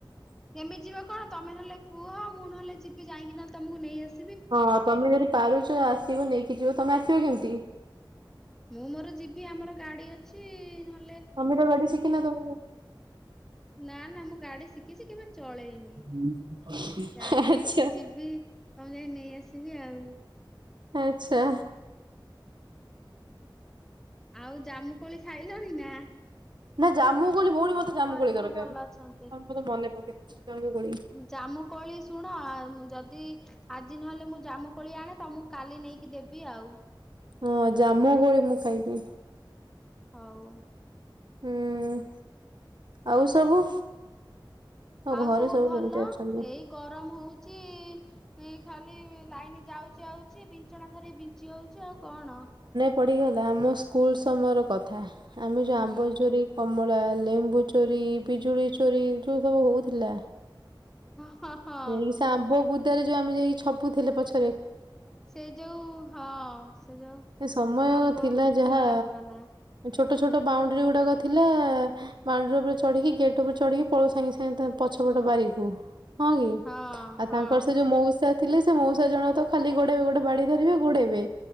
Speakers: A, in the centre; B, on the right (about 65°).
A: କେମିତି ଯିବ କଣ ତମେ ନହେଲେ- କୁହ ମୁଁ ନହେଲେ ଯିବି ଯାଇକି ନହେଲେ ତମକୁ ନେଇ ଆସି
B: ହଁ ତମେ ଯଦି- ପାରୁଛ ଆସିବ ନେଇକି ଯିବ ତମେ ଆସିବ କେମିତି?
A: ମୁଁ ମୋର ଯିବି ଆମର ଗାଡି ଅଛି ନହଲେ-
B: ମମି ତ ଗଡି ଶିଖିନା ତମ
A: ନା ନା ମୁଁ ଗାଡି ଶିଖିଛି କେବେ ଚଳେଇନି
B: <unintelligible>
A: ଗାଡି
B: ଆଛା-
A: ନେଇକି ଯିବି ତମକୁ ଯାଇ ନେଇ ଆସିବି ଆଉ।
B: ଆଚ୍ଛା
A: ଆଉ ଜାମୁ କୋଳି ଖାଇଲଣି ନା-
B: ନା ଜାମୁ- କୋଳି ଭଉଣୀ
A: ହଁ
B: ମତେ ଜାମୁ
A: ଘରେ
B: କୋଳି
A: ସବୁ
B: ଦରକାର
A: ଭଲ ଅଛନ୍ତି।
B: ତମେ ମତେ ମନେ ପକେଇ ଦେଇଛ ଜାମୁ କୋଳି
A: ଜାମୁକୋଳି ଶୁଣ, ଆ ଉମ୍ ଯଦି ଆଜି ନହେଲେ ମୁଁ ଜାମୁକୋଳି ଆଣେ, ତମୁକୁ କାଲି ନେଇକି ଦେବି ଆଉ।
B: ହଁ, ଜାମୁକୋଳି ମୁଁ ଖାଇବି।
A: ହଉ।
B: ହୁଁ। ଆଉ ସବୁ ତମ
A: ଆଉ
B: ଘରେ
A: ସବୁ ଭଲ।
B: କେମିତି ଅଛନ୍ତି?
A: ଏଇ ଗରମ ହଉଚି ଖାଲି ଲାଇନ୍ ଯାଉଛି ଆଉଛି, ବିନ୍ ବିଞ୍ଚଣା ଧରି ବିଞ୍ଚି ହଉଛୁ, ଆଉ କଣ?
B: ପଡ଼ିଗଲା, ଆମ ସ୍କୁ ସ୍କୁଲ ସମୟର କଥା। ଆମେ ଯୋଉ
A: ହୁଁ।
B: ଆମ୍ବ ଚୋରି କର୍ କମଳା, ଲେମ୍ବୁ ଚୋରି, ପିଜୁଳି ଚୋରି, ଯୋଉ ସବୁ ହଉଥିଲା
A: ହଁ ହଁ ହଁ
B: ଏଇ ଶାମ୍ପୁ ବୁଦ୍ ତୋଟାରେ ଯୋଉ ଆମେ ଯାଇକି ଛପୁଥିଲେ ପଛ
A: ସେ ଯୋଉ ହଁ, ସେ ଯୋଉ
B: ଏ ସମୟ
A: ଆମ୍ବ,
B: ଥିଲା
A: କୁହନା
B: ଯାହା
A: କୁହନା।
B: ଛୋଟ ଛୋଟ ବାଉଣ୍ଡ୍ରିଗୁଡାକ ଥିଲା, ବାଉଣ୍ଡ୍ରି ଉପରେ ଚଢିକି, ଗେଟ୍ ଉପରେ ଚଢିକି, ପଳଉ ସାଙ୍ଗେ ସାଙ୍ଗେ ତା ପଛପଟ ବାରିକୁ। ହଁ, କି?
A: ହଁ
B: ଆଉ
A: ହଁ
B: ତାଙ୍କର ସେ ଯୋଉ ମଉସା ଥିଲେ ସେ ମଉସା ଜଣକ ତ ଖାଲି ଗୋଡେ ଗୋଡେ ବାଡି ଧରିବେ ଗୋଡେଇବେ।